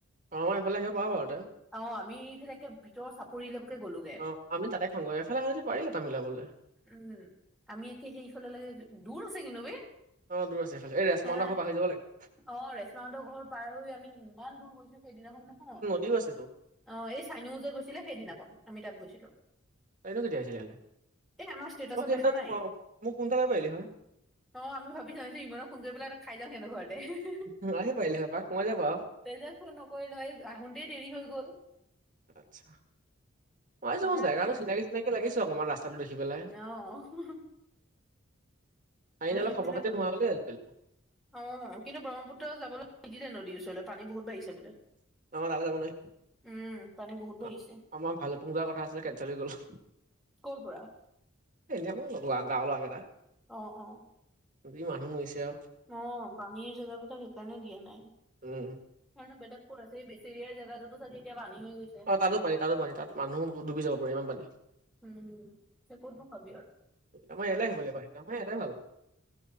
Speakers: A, on the right; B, in the centre.
A: আমাৰ এইফালে আহিব পাৰ বাৰু তই।
B: অ', আমি এইফালে একে ভিতৰ চাপৰিলৈকে গ'লোঁগে।
A: অ আমি তাতে খাওঁগৈ, এইফালে হলে যদি পাৰি এটা মিলাবলৈ।
B: উম আমি একে সেইফালে লে দূৰ আছে কিন্তু বে?
A: অ দূৰ আছে এইফালে এই ৰেচমাহতৰ
B: হে
A: ঘৰ পাৰ হৈ যাব লাগিব।
B: অ', ৰেশ্মা হঁতৰ ঘৰ পাৰ হৈ আমি ইমান দূৰ গৈছোঁ সেইদিনাখন নহয়।
A: শিও আছে তো।
B: অ এই চাইনও যে গৈছিলে সেইদিনাখন আমি তাত গৈছিলো।
A: তাইনো কেতিয়া আহিছিলে ইয়ালে?
B: এই আমাৰ ষ্টেটাচত
A: অ তই
B: দেখা নাই
A: মোক ফোন এটা কৰিব পাৰিলি হয়?
B: অ আমি ভাবি এই ইমান সোন কৰি পিলাই খাই যাওঁ সেনেক ঘৰতে হেহে।
A: উম আহি পাৰিলি বাপাক কমই যাবা।
B: তই যে ফোন নকৰিলে এই আহোতেই দেৰি হৈ গল।
A: আচ্ছা, পাইযাব
B: সেইকাৰণে
A: জেগাটো চিনাকি -চিনাকি লাগিছে অকণমান ৰাস্তাটো দেখি পেলাই।
B: অ অ হুহু।
A: সেইকাৰণে
B: এইফালে
A: খবৰ- খাতি
B: গ'লো
A: লোৱা হলে হয় চুন।
B: অ কিন্তু ব্ৰহ্মপুত্ৰ যাবলৈ নিদিলে নদীৰ ওচৰলৈ পানী বহুত বাঢ়িছে বোলে।
A: নালো পান <inaudible>
B: উম, পানী বহুত বাঢ়িছে
A: অ আমাৰ ভালোকপুং যোৱা কথা আছিলে কেনচেল হৈ গ'ল।
B: ক'ৰ পৰা
A: এনেও লগ গাঁও গাঁওৰল'ৰা কেইটা।
B: অ অ।
A: দুদিন মানুহ মৰিছে আৰু।
B: অ পানীৰ জেগাবিলাক সেইকাৰণে দিয়া নাই।
A: উম
B: হেনো বেলেগ ক'ত আছে বেছেৰি জেগাতো এতিয়া পানী হৈ গৈছে।
A: অ তাতো পানী তাতো পানী তাত মানুহ ডুবি যাব পাৰে ইমান পানী।
B: উম তে ক'তো খাবি আৰু?
A: আমাৰ ইয়ালে আহিব লাগিব, আমাৰ ইয়ালে ভাল।